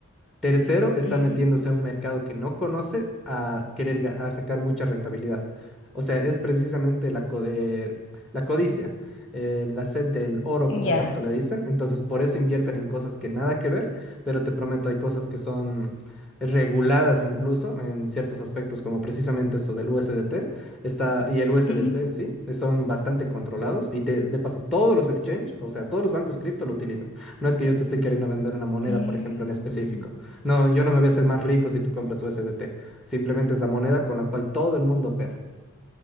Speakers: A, in the centre; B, on the left.
A: Tercero, está
B: ujú,
A: metiéndose a un mercado que no conoce a querer ga- a sacar mucha rentabilidad. O sea, es precisamente la, co- eh, la codicia, eh, la sed del oro,
B: Ya.
A: como tanto le dicen. Entonces, por eso invierten en cosas que nada que ver, pero te prometo, hay cosas que son reguladas incluso en ciertos aspectos, como precisamente esto del USDT está, y el USDC
B: ujú.
A: en sí, eh, son bastante controlados. Y te- de paso, todos los exchange, o sea, todos los bancos cripto lo utilizan. No es que yo te estoy queriendo vender una moneda,
B: Mm.
A: por ejemplo, en específico. No, yo no me voy a hacer más rico si tú compras U S D T. Simplemente es la moneda con la cual todo el mundo opera.